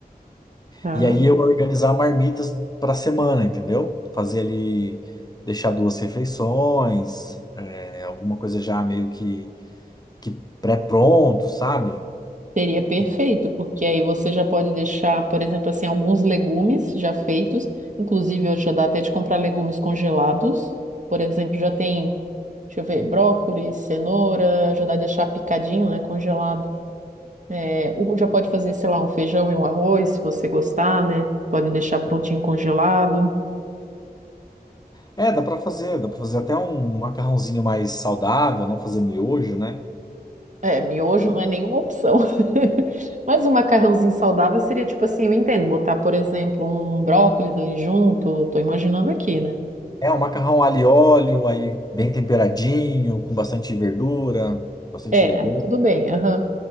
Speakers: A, on the right (about 50°); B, on the left (about 25°).
A: tá?
B: E aí eu organizar marmitas para semana, entendeu? Fazer ali, deixar duas refeições, é, alguma coisa já meio que, que pré-pronto, sabe?
A: Seria perfeito,
B: E-
A: porque aí você já pode deixar, por exemplo, assim, alguns legumes já feitos. Inclusive, hoje já dá até de comprar legumes congelados. Por exemplo, já tem, deixa eu ver, brócolis, cenoura, já dá de achar picadinho, né, congelado. É, o- já pode fazer, sei lá, um feijão e um arroz, se você gostar, né? Pode deixar prontinho congelado.
B: É, dá para fazer, dá para fazer até um macarrãozinho mais saudável, não fazer miojo, né?
A: É, miojo não é nenhuma opção. <laughs> Mas um macarrãozinho saudável seria tipo assim, eu entendo, botar, por exemplo, um brócolis ali junto, tô imaginando aqui, né?
B: É, um macarrão alho e óleo, aí bem temperadinho, com bastante verdura, bastante
A: É,
B: legume.
A: aí tudo bem. aham.